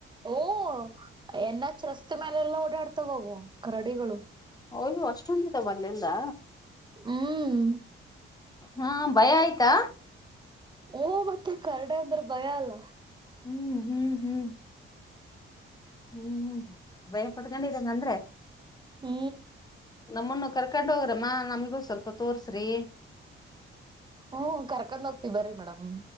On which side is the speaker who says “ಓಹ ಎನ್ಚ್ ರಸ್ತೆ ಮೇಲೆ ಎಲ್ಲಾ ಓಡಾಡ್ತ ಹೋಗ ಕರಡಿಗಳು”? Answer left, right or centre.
Right